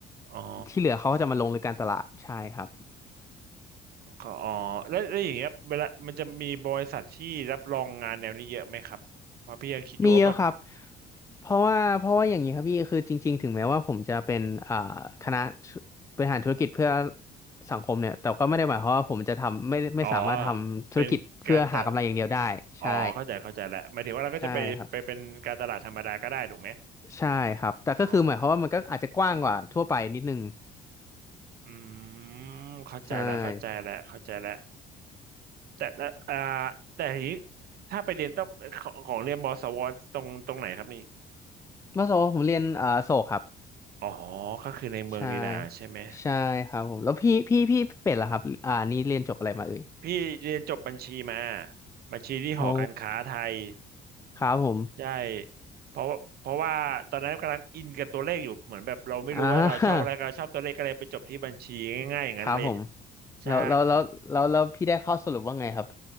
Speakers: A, on the right; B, on the left.
A: อ๋อ
B: ที่เหลือเขาก็จะมาลงลึกการตลาดใช่ครับ
A: เขาอ๋อแล้วแล้วอย่างเงี้ยเวลามันจะมีบริษัทที่รับรองงานแนวนี้เยอะไหมครับเพราะพี่ยังคิดอยู่ว่าแบบ
B: มีเยอะครับเพราะว่าเพราะว่าอย่างนี้ครับพี่คือจริงๆถึงแม้ว่าผมจะเป็นอ่าคณะบริหารธุรกิจเพื่อสังคมเนี่ยแต่ก็ไม่ได้หมายความว่าผมจะทำไม่ไม่สามารถทำธุรกิจเพื่อหากำไรอย่างเดียวได้ใช่
A: อ๋อเป็นการตะอ๋อเข้าใจเข้าใจแล้วหมายถึงว่าเราก็จะไปไปเป็นการตลาดธรรมดาก็ได้ถูกไหม
B: ใช่ครับใช่ครับแต่ก็คือหมายความว่ามันก็อาจจะกว้างกว่าทั่วไปนิดนึง
A: อ๋ออืมเข้าใจแล้วเข้าใจแล้วเข้าใจแล้ว
B: ใช่
A: แต่ละอ่าแต่ทีนี้ถ้าไปเรียนต้องของของเรียนมสวตรงตรงไหนครับนี่
B: เมื่อสมมติผมเรียนเอ่อโศกครับ
A: อ๋อก็คือในเมืองนีนาใช่ไหม
B: ใช่ใช่ครับผมแล้วพี่พี่พี่เป็ดล่ะครับอ่านี่เรียนจบอะไรมาเอ่ย
A: พี่เรียนจบบัญชีมาบัญชีที่หอการค้าไทย
B: โอ้ครับผม
A: ใช่เพราะเพราะว่าตอนนั้นกำลังอินกับตัวเลขอยู่เหมือนแบบเราไม่รู้ว่าเราชอบอะไรก็เราชอบตัวเลขก็เลยไปจบที่บัญชีง่ายๆอย่างนั้นเลย
B: อ่าครับผม
A: ใช่
B: แล้วแล้วแล้วแล้วแล้วพี่ได้ข้อสรุปว่าไงครับ